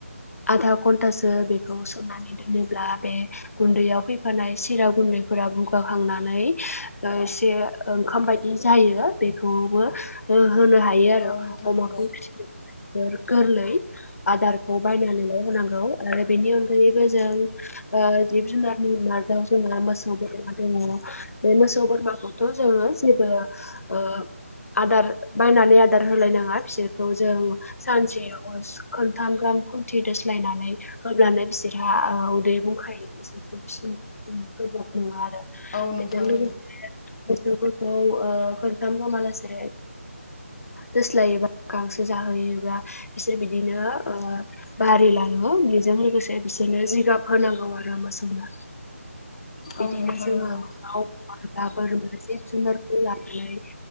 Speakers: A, on the left; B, on the left.
A: आधा घन्टासो बेखौ सोमनानै दोनोब्ला बे गुन्दैयाव फैफानाय सिरा गुन फोरा बुगाखांना नै ओ एसे ओंखाम बायदि जायो बेखौबो हो होनो हायो आरो
B: औ नोंथां
A: अमाखौ
B: नंगौ
A: फिनो गोरलै। आदारखौ बायनानैल' होनांगौ आरो बेनि अनगायैबो जों जिब जुनारनि बोरमाजों जोंहा मोसौ बोरमा दंङ। बे मोसौ बोरमाखौथ' जोङो जेबो ओ आदार बायनानै आदार होलायनाङा बिसोरखौ जों सानसेयाव खोनथाम गाहाम खुन्थि दोस्लायनानै होब्लानो बिसोरहा उदै बुंखायो। बिसोरखौ फिसिनो थाखाय जोङो गोब्राब नङा आरो
B: औ नोंथां
A: बेजों लोगोसे,
B: नंगौ
A: मोसौफोरखौ खनथाम हालासे दोस्लायोबा गांसो जाहोयोब्ला बिसोर बिदिनो बारि लाङो बि जों लोगोसे बिसोरनो जिगाब होनांगौ आरो मोसौनो बिदिनो
B: औ नोंथां
A: जोङो।
B: नंगौ
A: औ, <unintelligible> जिब जुनारखौ लानानै